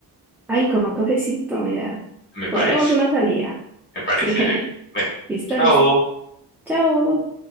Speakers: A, in the centre; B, on the left (about 30°).
A: ay, con un cafecito, mira,
B: Me
A: cuadremos
B: parece,
A: una salida. <laughs>
B: me parece,
A: Sí,
B: bebé. Bueno,
A: listo,
B: chao.
A: listo. Chao.